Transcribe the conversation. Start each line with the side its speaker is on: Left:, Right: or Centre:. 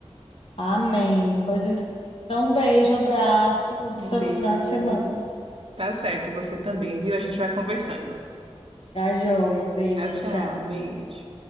Left: Amém. Pois então, um beijo, abraço, curta
Right: Um
Left: o seu
Right: beijo.
Left: final de semana.
Right: Tá certo, você também, viu? A gente vai conversando.
Left: Tá joia. Beijo,
Right: Tchau, tchau.
Left: tchau.
Right: Beijo.